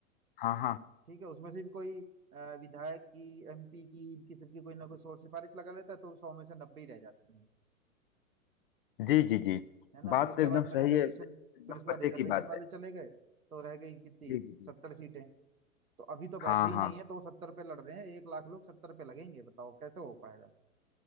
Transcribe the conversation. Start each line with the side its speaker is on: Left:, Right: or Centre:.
Left: हाँ हाँ
Right: ठीक है उसमें से भी कोई अ, विधायक की एमपी की इनकी सबकी कोई ना कोई शोर सिफारिश लगा लेता है तो सौ में से नब्बे ही रह जाती है
Left: जी जी जी
Right: है ना
Left: बात
Right: फिर उसके
Left: तो एकदम
Right: बाद में
Left: सही
Right: रिजर्वेशन
Left: है एकदम
Right: फिर उसके
Left: पते
Right: बाद रिजर्वेशन
Left: की बात
Right: वाले
Left: है
Right: चले गए तो रह गई कितनी
Left: जी जी जी
Right: सत्तर सीटें तो अभी तो बैठे
Left: हाँ
Right: ही
Left: हाँ
Right: नहीं है तो सत्तर पे लड़ रहे हैं एक लाख लोग सत्तर पे लगेंगे बताओ कैसे हो पाएगा